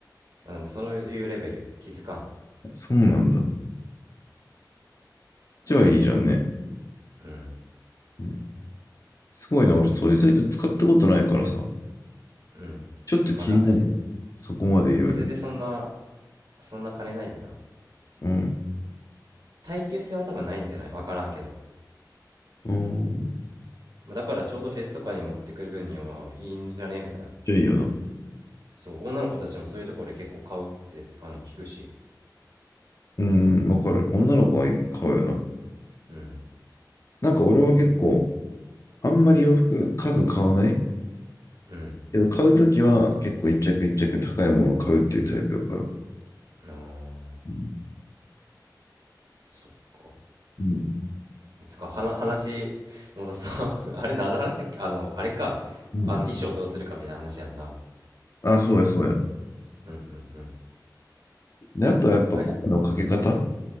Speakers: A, on the right; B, on the left.
A: まあ、でも、そういうレベルよ。気づかん。
B: そうなんだ。じゃあいいじゃんね。
A: うん。
B: うん。すごいな。俺、そういうサイト使ったことないからさ。
A: うん。
B: ちょっと気になる。
A: まあ、学生、
B: そこまで言うより。
A: 学生でそんな、そんな金ないでな。
B: うん。
A: 耐久性は多分ないんじゃないわからんけど。
B: うん。
A: まあだからちょうどフェスとかに持ってくる分にはいいんじゃねみたいな。
B: じゃあいいよな。
A: そう、女の子たちもそういうところで結構買うって、あの、聞くし。
B: うん。わかる。女の子は買うよな。
A: うん。
B: なんか俺は結構、あんまり洋服数買わない
A: うん。
B: けど、買うときは結構一着一着高いものを買うっていうタイプだから。
A: あー、
B: うん。
A: そっか。
B: うん。
A: つか、はな、話、戻そう。<laughs> あれ、何の話だっけあの、あれか。
B: うん
A: あの、衣装どうするかみたいな話やんな。
B: あ、そうや、そうや。
A: うんうんうん。
B: で、あとはやっぱ声のかけ方。
A: はい。